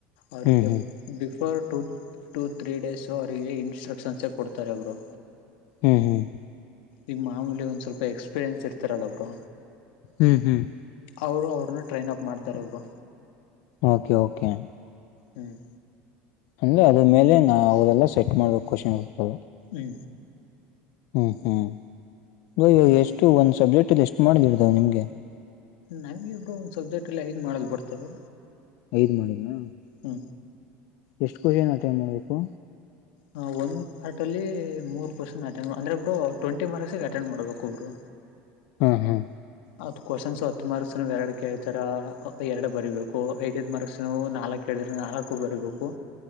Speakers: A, on the left (about 80°); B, on the left (about 60°).
A: ಅವರಿಗೆ
B: ಹ್ಮ್ ಹ್ಮ್
A: before two to three days ಅವರಿಗೆ ಇನ್ಸ್ಟ್ರಕ್ಷನ್ಸೇ ಕೊಡ್ತಾರೆ ಅವರು
B: ಹ್ಮ್ ಹ್ಮ್
A: ಈಗ ಮಾಮೂಲಿ ಒಂದ್ ಸ್ವಲ್ಪ ಎಕ್ಸ್ಪೀರಿಯನ್ಸ್ ಇರ್ತಾರಲ್ಲ ಒಬ್ರು
B: ಹ್ಮ್ ಹ್ಮ್
A: ಅವರು ಅವ್ರನ್ನ ಟ್ರೈನ್ಪ್ ಮಾಡ್ತಾರೆಬ್ರು
B: ಓಕೆ ಓಕೆ
A: ಹ್ಮ್
B: ಅಂದೆ ಅದ್ರ ಮೇಲೆ ನಾವು ಅವದೆಲ್ಲ ಸೆಟ್ ಮಾಡ್ಬೇಕು ಕ್ವಷನ್ದು
A: ಹ್ಮ
B: ಹ್ಮ್ ಹ್ಮ್ ಇಾಗ
A: ಹ್ಮ್
B: ಎಷ್ಟು ಒಂದ್ ಸಬ್ಜೆಕ್ಟ್ಲ್ಲಿ ಎಷ್ಟು ಮಾಡಲಿ ಇಡ್ದಾವ ನಿಮ್ಗೆ
A: ನಾವ್ ಇಬ್ರ ಒಂದ್ ಸಬ್ಜೆಕ್ಟ್ ಹೈದು ಮಾಡಲ್ ಬರ್ತವೆ
B: ಐದ್ ಮಾಡಿದಾ
A: ಹಾ
B: ಎಷ್ಟು ಪ್ರಶ್ನೆ ನಟೈ್ ಮಾಡ್ಬೇಕು
A: ಹ ಒಂದ್ ಪಾರ್ಟ ಅಲ್ಲಿ ಮೂರ್ ಪ್ರಶ್ನೆ ಅಟೆಂಡ್ ಅಂದ್ರೆ ಒಬ್ರು ಟ್ವೆಂಟಿ ಮಾರ್ಕ್ಸ್ ಅಟೆಂಡ್ ಮಾಡ್ಬೇಕು ಒಬ್ರು
B: ಹ್ಮ ಹಾ್
A: ಅದು ಕ್ವಶನ್ಸ್ ಹತ್ತು ಮಾರ್ಕ್ಸ್ ಎರಡು ಕೇಳ್ತಾರ ಎರಡು ಬರಿೀಬೇಕು ಐದೈದ್ ಮಾರ್ಕ್ಸ್ವು ನಾಲ್ಕ್ ಕ ನಾಲ್ಕು ಬರಬೇಕು